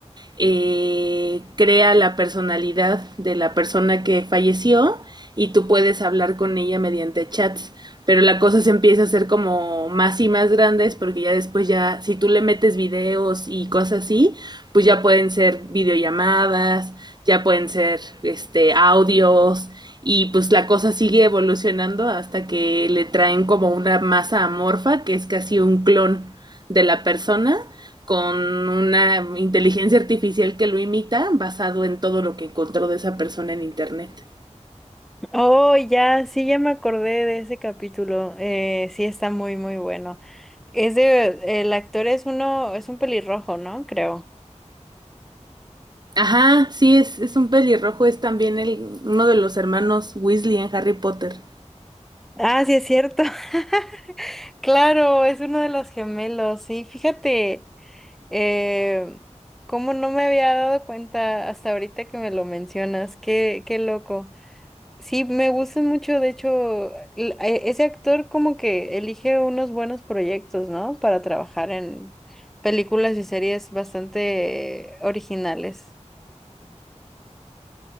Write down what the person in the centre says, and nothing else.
Oh, ya, sí, ya me acordé de ese capítulo. Eh, sí, está muy, muy bueno. Es de, el actor es uno, es un pelirrojo, ¿no? Creo.
Ah, sí, es cierto. <laughs> Claro, es uno de los gemelos, sí, fíjate, eh, cómo no me había dado cuenta hasta ahorita que me lo mencionas, qué, qué loco. Sí, me gusta mucho, de hecho, l- e- ese actor como que elige unos buenos proyectos, ¿no? Para trabajar en películas y series bastante eh, originales.